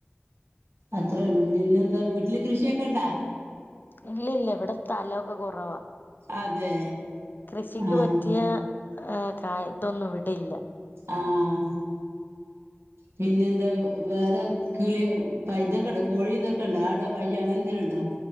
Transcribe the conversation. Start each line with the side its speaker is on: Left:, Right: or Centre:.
Right: അത്രേ ഉള്ളു പിന്നെന്താ വീട്ടില് കൃഷിയൊക്കെണ്ടാ
Left: ഇല്ല ഇല്ല ഇവിടെ സ്ഥലമൊക്കെ കുറവാ
Right: അതെ
Left: കൃഷിക്ക്
Right: ആഹ്
Left: പറ്റിയ ക ഇതൊന്നും ഇവിടെ ഇല്ല
Right: ആഹ് പിന്നെ എന്താ വേറെ കിളി <unintelligible> ഇതൊക്കെണ്ടോ കോഴി ഇതൊക്കെണ്ടണ്ട് ആടോ പയ്യോ അങ്ങനെന്തെലും ഉണ്ടോ